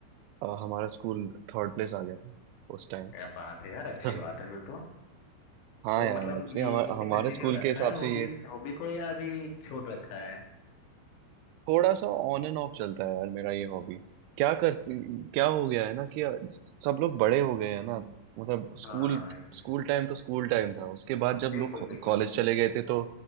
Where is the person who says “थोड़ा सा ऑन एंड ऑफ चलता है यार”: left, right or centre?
Right